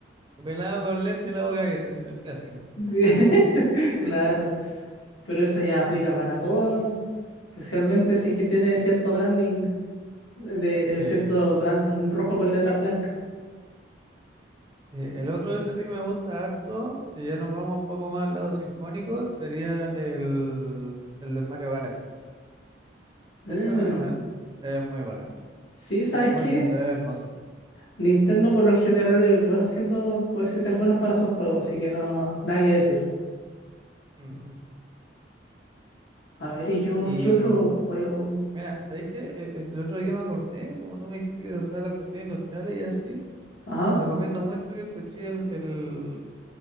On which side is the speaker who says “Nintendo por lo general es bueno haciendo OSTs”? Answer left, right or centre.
Left